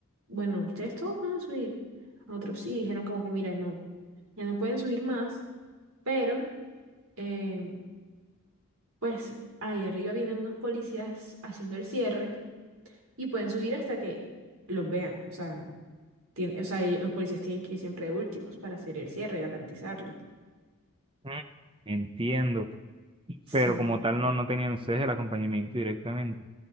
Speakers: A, on the right; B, on the right.
A: bueno, ustedes todos van a subir. Otros sí, dijeron como que mira, no, ya no pueden subir más, pero eh, pues ahí arriba vienen unos policías haciendo el cierre y pueden subir hasta que los vean. O sea, tien- o sea, ellos- los policías tienen que ir siempre de últimos para hacer el cierre, garantizarlo.
B: Mm. Entiendo.
A: Sí,
B: pero como tal no, no tenían ustedes el acompañamiento directamente.